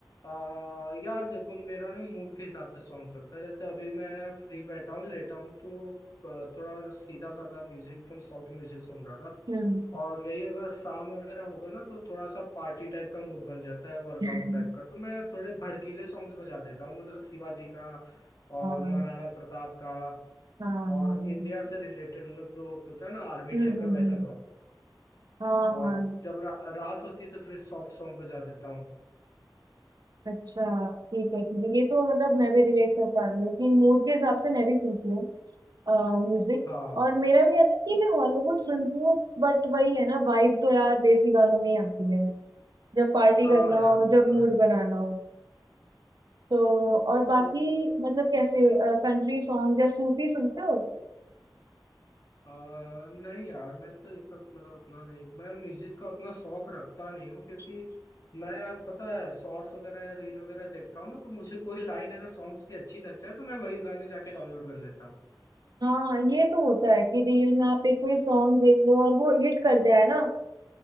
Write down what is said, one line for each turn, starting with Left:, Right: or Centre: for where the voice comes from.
Left: आ, यार देखो मेरा ना मूड के हिसाब से सॉन्ग चलता है जैसे अभी मैं फ्री बैठा हूँ लेटा हूँ तो आ, थोड़ा सीधा साधा म्यूजिक तो सॉफ्ट म्यूजिक सुन रहा था
Right: हम्म
Left: और यही अगर शाम वगैरह होगा ना तो थोड़ा सा पार्टी टाइप का मूड बन जाता है वर्कआउट
Right: <laughs>
Left: टाइप का तो मैं थोड़े भड़कीले सॉन्ग्स बजा देता हूँ मतलब शिवाजी का और
Right: हाँ
Left: महाराणा प्रताप का
Right: हाँ हाँ हम्म
Left: और इंडिया से रिलेटेड मतलब जो होता है ना आर्मी
Right: हम्म
Left: टाइप
Right: हम्म,
Left: का वैसा
Right: हाँ
Left: और
Right: हाँ
Left: जब रा, रात होती है तो फिर सॉफ्ट सॉन्ग बजा देता हूँ
Right: अच्छा ठीक है ठीक है ये तो मतलब मैं भी रिलेट कर पा रही हूँ कि मूड के हिसाब से मैं भी सुनती हूँ म्यूजिक
Left: हाँ
Right: और मेरा भी ऐसा नहीं है मैं हॉलीवुड सुनती हूँ बट वही है ना वाइब तो यार देसी गानों में ही आती है जब पार्टी
Left: हाँ
Right: करना
Left: यार
Right: हो
Left: वो
Right: जब
Left: तो
Right: मूड
Left: है
Right: बनाना हो तो और बाकी
Left: तो
Right: मतलब कैसे कंट्री सॉन्ग या सूफी सुनते हो
Left: आ, नहीं यार मैं तो ये सब मतलब उतना नहीं मैं म्यूजिक का उतना शौक रखता नहीं हूँ क्योंकि मैं यार पता है शॉर्ट्स वगैरह या रील वगैरह देखता हूँ ना तो मुझे कोई लाइन अगर सॉन्ग्स की अच्छी लग जाए तो मैं वही गाने जाके डाउनलोड कर लेता हूँ
Right: हाँ ये तो होता है कि रील में आप एक कोई सॉन्ग देख लो और वो हिट कर जाए ना